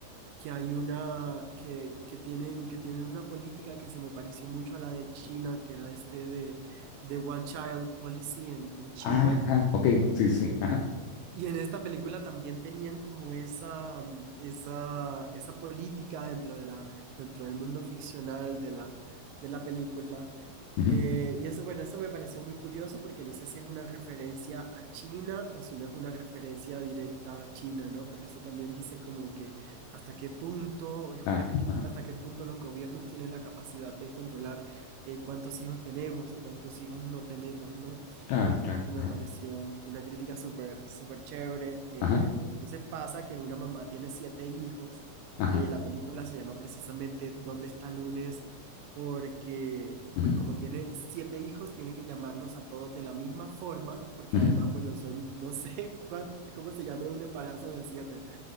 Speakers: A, on the right (about 80°); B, on the left (about 85°).
A: que hay una, que, que tienen, que tienen una política que se me pareció mucho a la de China, que era este de, de One Child Policy en, en China.
B: ajá, ok, sí, sí, sí, ajá,
A: Y en esta película también tenían como esa, mm, esa, esa política dentro de la, dentro del mundo ficcional de la, de la película.
B: ujú,
A: Eh, y eso, bueno, eso me pareció muy curioso porque no sé si es una referencia a China o si no es una referencia directa a China, ¿no? Pero eso también dice como que hasta qué punto, es
B: claro,
A: una crítica,
B: ajá,
A: hasta qué punto los gobiernos tienen la capacidad de controlar eh, cuántos hijos tenemos o cuántos hijos no tenemos, ¿no?
B: claro, claro,
A: Eso me
B: ajá,
A: pareció una crítica súper, súper chévere. Eh,
B: ajá,
A: entonces pasa que una mamá tiene siete hijos.
B: ajá,
A: Eh, la película se llama precisamente ¿Dónde está Lunes? Porque,
B: ujú,
A: pues como tiene siete hijos, tiene que llamarlos a todos de la misma forma, porque
B: ujú,
A: además, bueno, son, no sé <laughs> cuánto, cómo se llame un embarazo de siete.